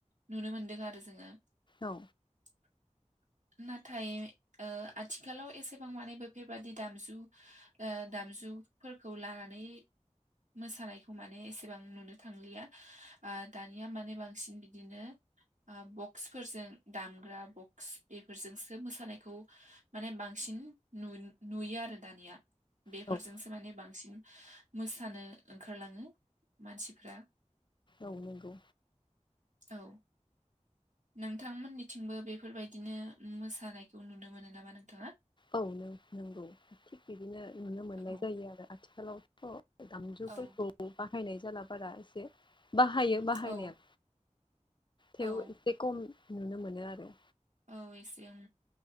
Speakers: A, on the right; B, on the left.
A: नुनो मोनदों आरो जोङो।
B: औ।
A: <inaudible> नाथाय ओ आथिखालाव एसेबां माने बेफोरबादि दामजु ओ दाम जुफोरखौ लानानै मोसानायखौ माने एसेबां नुनो थांलिया ओ दा दानिया माने बांसिन बिदिनो ओ बक्सफोरजों दामग्रा बक्स बेफोरजोंसो मोसानायखौ माने बांसि बांसिन नु नुयो आरो दानिया बेफोरजोंसो
B: औ
A: माने बांसिन। मोसानो ओंखारलाङो मानसिफ्रा
B: औ नंगौ।
A: औ। नोंथांमोननिथिंबो बेफोरबायदिनो मोसानायखौ नुनो मोनो नामा नोंथाङा?
B: औ नों नंगौ थिग बिदिनो नुनो मोननाय
A: औ
B: जायो आरो आथिखालावथ' दामजुफोरखौ
A: औ
B: बाहायनाय जाला बारा। बाहायो बाहायनाया
A: औ
B: थेव
A: औ
B: एसे खम नुनो मोनो आरो।
A: औ एसे उम